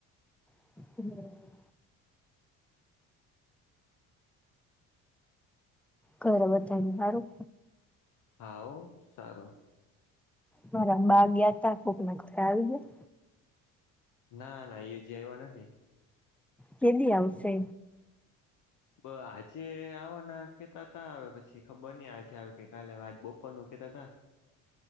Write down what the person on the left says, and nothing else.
હા સારું
ના ના એયોજી એવા નથી.
બ આજે આવવાના કેતા તા હ પછી ખબર નહ આજે આવે કે કાલે આ બપોર ન કેતા હતા.